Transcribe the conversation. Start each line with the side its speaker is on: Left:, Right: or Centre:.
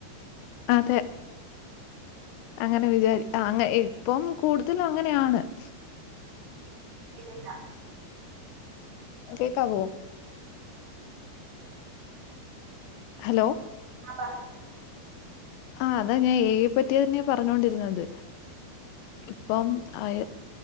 Left: അതെ അങ്ങനെ വിചാരി ആ അങ്ങ ഇപ്പം കൂടുതലും അങ്ങനെയാണ് <inaudible>
Right: നീട്ടില്ല
Left: കേക്കാവോ ഹലോ
Right: ആ പറ
Left: ആഹ് അതാ ഞാൻ എ ഐ യെ പറ്റിയ തന്നെയാ പറഞ്ഞൊണ്ടിരുന്നത് ഇപ്പം ആയ